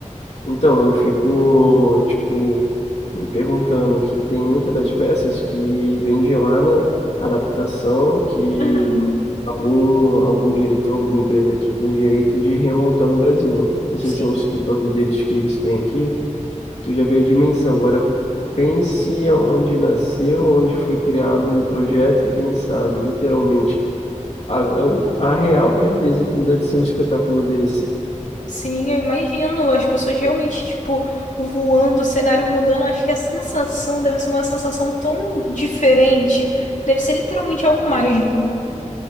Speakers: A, on the left; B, on the left.
A: Então, eu fico, tipo, me perguntando que tem muitas das peças que vem de lá, né? Adaptação que
B: Uhum.
A: algum, algum diretor, alguma empresa aqui tem direito de remontar no Brasil. Não sei
B: Sim.
A: se é o escritório deles que eles têm aqui. Tu já vê a dimensão. Agora, pense aonde nasceu, onde foi criado o projeto e pensado, literalmente. A, a, a real grandeza que deve ser um espetáculo desse.
B: Sim, eu imagino as pessoas realmente, tipo, voando, o cenário mudando. Acho que a sensação deve ser uma sensação tão diferente. Deve ser literalmente algo mágico.